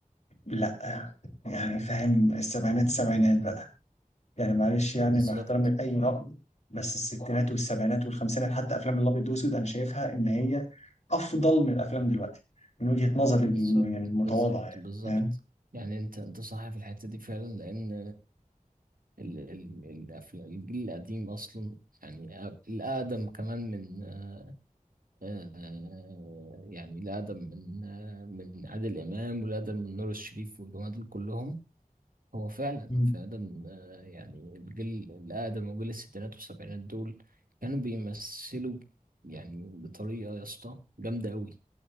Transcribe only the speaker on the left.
لا يعني فاهم السبعينات السبعينات بقى يعني معلش يعني
مع احترامي لأي رأي بس الستينات والسبعينات والخمسينات حتى أفلام الأبيض والأسود أنا شايفها إن هي أفضل من الأفلام دلوقتي من وجهة نظري
الم- يعني المتواضعة
يعني
فاهم
مم.